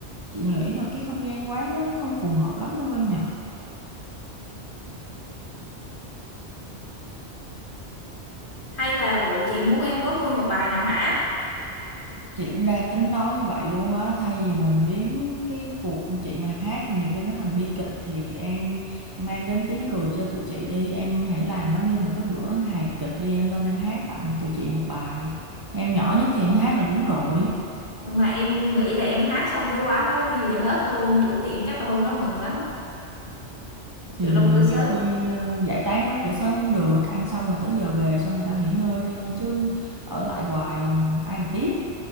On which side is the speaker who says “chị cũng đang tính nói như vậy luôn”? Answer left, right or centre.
Right